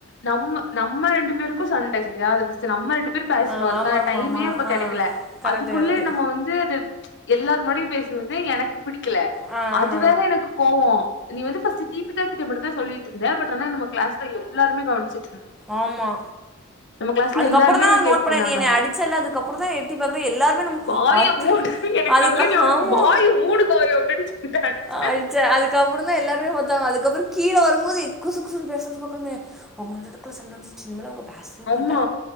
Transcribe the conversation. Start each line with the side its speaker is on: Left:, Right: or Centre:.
Left: நம்ம நம்ம ரெண்டு பேருக்கு சண்ட சரியா அத ஃப்ஸ்டு நம்ம ரெண்டு பேரு பேசணு
Centre: ஆ
Left: அதுக்கான
Centre: ஆமா ஆமா
Left: டைமே
Centre: ஆமா
Left: அப்ப
Centre: ஆ
Left: கடைக்கல
Centre: கரெக்ட்டு
Left: அதுக்குள்ள
Centre: கரெக்ட்டு
Left: நம்ம வந்து அது ப்ச் எல்லார் முன்னாடி பேசுனது வந்து எனக்கு புடிக்கல
Centre: ஆ ஆ
Left: அது வேற எனக்கு கோவோ நீ வந்து ஃப்ஸ்ட் தீபிகா கிட்ட மட்டு ட்ட சொல்லிட்டு இருந்த பட் ஆனா நம்ம கிளாஸ்ல எல்லாருமே கவனச்சி
Centre: ஆமா
Left: கிளாஸ்ல
Centre: அதுக்கப்புறோ
Left: எல்லாருமே
Centre: தா நா
Left: அத கேட்டு
Centre: நோட் பண்ணே
Left: இருந்தாங்க
Centre: நீ என்ன அடிச்சல்ல அதுக்கப்புறோ தா எட்டி பாக்குறே எல்லாருமே நம்ம
Left: வாய
Centre: ஆத்தாடி
Left: மூடு எனக்கு
Centre: அதுக்க
Left: நல்ல ஞாபகோ இருக்கு
Centre: ஆமா
Left: வாய மூடு காயோ அப்டின்னு சொல்லிட்டு அடிச்சே
Centre: ஆ ஆயச்ச அதுக்கப்புற தா எல்லாருமே பத்தாங்க அதுக்கப்புறோ கீழ வரும்போது குசுகுசுன்னு பேசுறத பாக்கணுமே அவங்க ரெண்டு பேத்துக்குள்ள சண்ட வந்துருச்சு இனிமேல் அவங்க பேசவே மாட்டா
Left: ஆ